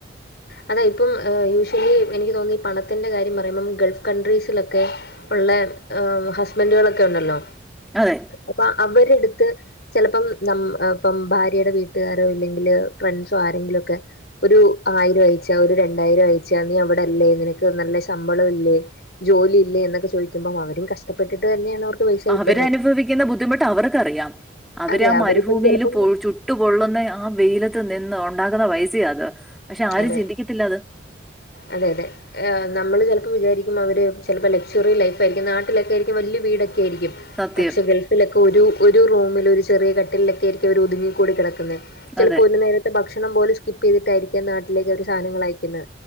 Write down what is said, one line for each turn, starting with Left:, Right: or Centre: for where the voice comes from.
Left: അതാ ഇപ്പം യൂഷ്വലി എനിക്ക് തോന്നി ഈ പണത്തിന്റെ കാര്യം പറയുമ്പം ഗൾഫ് കൺട്രീസിലൊക്കെ ഉള്ളെ ഹസ്ബൻഡുകളൊക്കെ ഉണ്ടല്ലോ
Centre: അതെ
Left: അപ്പൊ അവരെടുത്ത് ചിലപ്പം നമ് ഇപ്പം ഭാര്യയുടെ വീട്ടുകാരോ ഇല്ലെങ്കില് ഫ്രണ്ട്സോ ആരെങ്കിലും ഓക്കേ ഒരു ആയിരം അയിച്ചാ ഒരു രണ്ടായിരം അയച്ചാ നീ അവിടെല്ലേ നിനക്ക് നല്ല ശമ്പളം ഇല്ലേ ജോലി ഇല്ലേ എന്നൊക്കെ ചോദിക്കുമ്പം അവരും കഷ്ടപ്പെട്ടിട്ട് തന്നെയാണ് അവർക്ക് പൈസ കിട്ടുന്നെ
Centre: അവര് അനുഭവിക്കുന്ന ബുദ്ധിമുട്ട് അവർക്കറിയാം അവര്
Left: അതെ
Centre: ആഹ്
Left: അവരിപ്പം
Centre: മരുഭൂമിയിൽ
Left: ചിലപ്പം
Centre: പോയി ചു ട്ടുപൊള്ളുന്ന ആഹ് വെയിലത്ത് നിന്ന് ഉണ്ടാകുന്ന പൈസേ അത് പക്ഷെ ആരും
Left: അതെ
Centre: ചിന്തിക്കത്തില്ല അത്
Left: അതെ അതെ നമ്മള് ചിലപ്പോൾ വിചാരിക്കും അവർ ചിലപ്പോൾ ലക്ഷ്വറി ലൈഫ് അയിയിരിക്കും നാട്ടിലൊക്കെ ആയിരിക്കും വലിയ വീടൊക്കെ ആയിരിക്കും
Centre: സത്യം.
Left: പക്ഷെ ഗൾഫിലൊക്കെ ഒരു ഒരു റൂമിൽ ഒരു ചെറിയ കട്ടിലൊക്കെ ആയിരിക്കും അവര് ഒതുങ്ങിക്കൂടി കിടക്കുന്ന ചിലപ്പോ
Centre: അതെ.
Left: ഒരു നേരത്തെ ഭക്ഷണം പോലും സ്കിപ്പ് ചെയ്തിട്ടായിരിക്കാം നാട്ടിലേക്ക് ഒരു സാധനങ്ങളായി ക്കുന്നെ